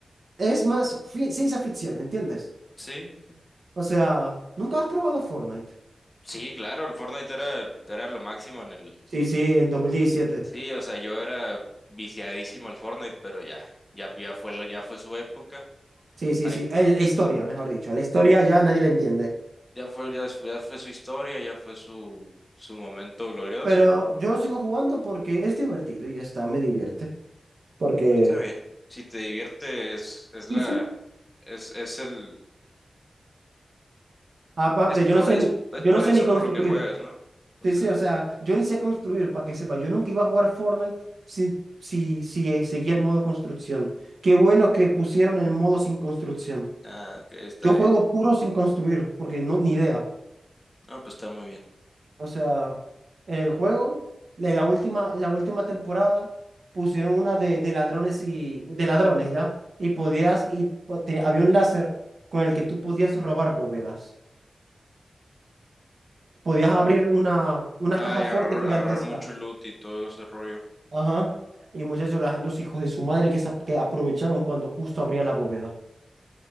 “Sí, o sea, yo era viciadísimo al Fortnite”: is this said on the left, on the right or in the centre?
Left